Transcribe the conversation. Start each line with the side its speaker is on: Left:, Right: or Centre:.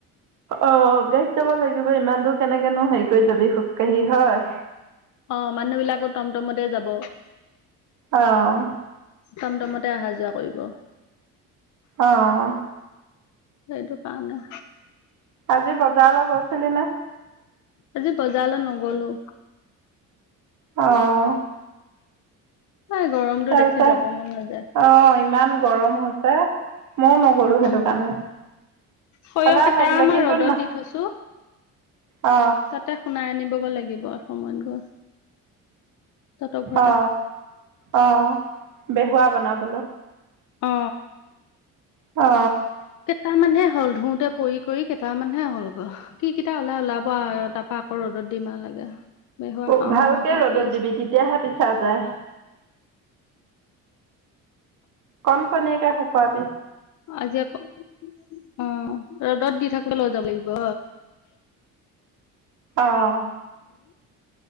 Right: অ গাড়ীত যাব লাগিব ইমান দূৰ কেনেকেনো হেৰি কৰি যাবি খোজকাঢ়ি হয়।
Left: অ মানুহ বিলাকো টমটমতে যাব।
Right: অহ।
Left: টমটমতে অহা যোৱা কৰিব।
Right: অহ।
Left: সেইটো কাৰণে।
Right: আজি বজাৰলৈ গৈছিলি নে।
Left: আজি বজাৰলৈ নগ'লো।
Right: অহ।
Left: এই গৰমটো
Right: তাৰপিছত
Left: দেখি যাব মন নাযায়
Right: অ ইমান গৰম হৈছে। মইও নগ'লো
Left: উম
Right: সেইটো কাৰণে।
Left: সৰিয়হ
Right: এলাহ
Left: কেইটা
Right: লাগিলে
Left: আমাৰ
Right: কিন্তু
Left: ৰ'দত
Right: না
Left: দি থৈছোঁ।
Right: অ
Left: তাতে শুনাই আনিব গৈ লাগিব সময়ত গৈ। তহঁতৰ ঘৰতে
Right: অ অ বেহুৱা বনাবলৈ।
Left: অ।
Right: অ।
Left: কেইটামানহে হ'ল ধুওঁতে পৰি কৰি কেইটামানহে হ'ল গৈ কি কেইটা ওলাই ওলাব। পোৱা হয় তাৰপৰা আকৌ ৰ'দত দিব লাগে। বেহুৱা
Right: অ
Left: খাওঁ
Right: ভালকে
Left: বেহুৱা খাওঁ
Right: ৰ'দত
Left: কৰি আছো
Right: দিবি তেতিয়াহে পিছা যায়। কনকনিয়াকে শুকুৱাবি।
Left: আজি আকো। অ ৰ'দত দি থাকো লৈ যাব লাগিব।
Right: অহ।